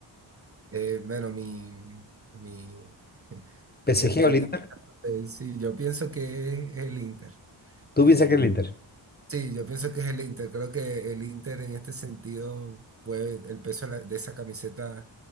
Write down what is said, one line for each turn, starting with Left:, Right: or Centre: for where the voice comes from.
Right: Eh, bueno, mi, mi,
Left: ¿PSG
Right: mi experiencia,
Left: o el Inter?
Right: eh, sí, yo pienso que es el Inter.
Left: ¿Tú
Right: Eh,
Left: piensas que el Inter?
Right: Sí, yo pienso que es el Inter. Creo que el Inter en este sentido, puede, el peso de, la- de esa camiseta